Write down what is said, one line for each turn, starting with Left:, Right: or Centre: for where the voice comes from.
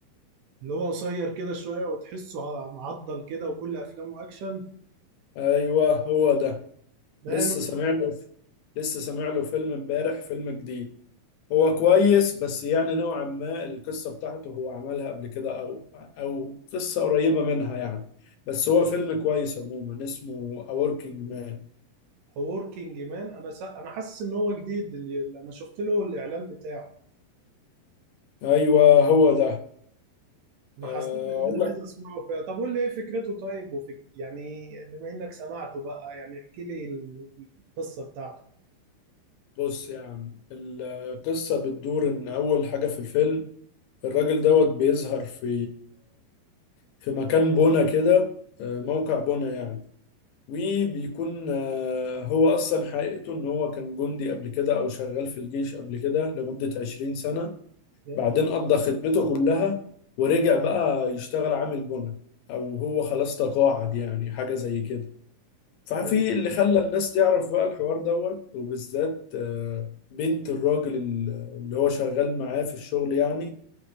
Right: اللي هو قصير كده شوية وتحسه ع- معضل كده وكل افلامه اكشن
Left: ايوه هو ده
Right: مان
Left: لسه سامع له لسه سامع له فيلم امبارح فيلم جديد هو كويس بس يعني نوعا ما القصه بتاعته هو عملها قبل كده او او قصه قريبه منها يعني بس هو فيلم كويس عموما اسمه A Working Man
Right: وركينج مان انا سا... انا حاسس ان هو جديد اللي اللي انا شفت له الاعلان بتاعه
Left: ايوه هو ده
Right: ما
Left: آه،
Right: حسيت ان
Left: اقول
Right: انا
Left: لك
Right: عايز اسمعه فيها طب قول لي ايه فكرته طيب وفك... يعني بما انك سمعته بقى يعني احكي لي ال- القصه بتاعته
Left: بص يا عم القصة بتدور إن أول حاجة في الفيلم الراجل دوت بيظهر في في مكان بنا كده موقع بنا يعني وبيكون هو أصلا حقيقته إن هو كان جندي قبل كده أو شغال في الجيش قبل كده لمدة 20 سنة
Right: يا
Left: بعدين
Right: نهار
Left: قضى خدمته كلها ورجع بقى يشتغل عامل بنا أو هو خلاص تقاعد يعني حاجة زي كده ففي
Right: حلو.
Left: اللي خلى الناس تعرف بقى الحوار دوت وبالذات آه، بنت الراجل ال- اللي هو شغال معاه في الشغل يعني